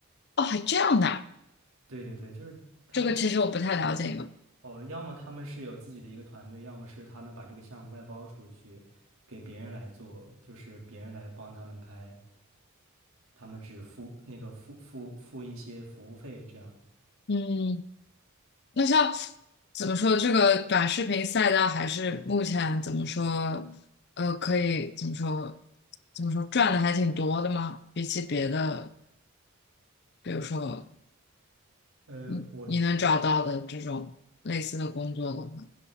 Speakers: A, on the left; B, on the right.
A: 哦，还这样的啊
B: 对对对，就是他们
A: 这个其实我不太了解你们
B: 哦，要么他们是有自己的一个团队，要么是他们把这个项目外包出去给别人来做，就是别人来帮他们拍，他们只付那个付付付一些服务费这样。
A: 嗯，那像怎么说，这个短视频赛道还是目前怎么说，呃，可以怎么说，怎么说赚的还挺多的吗？比起别的，比如说
B: 呃，
A: 你你能找到的这种类似的工作的话。
B: 我觉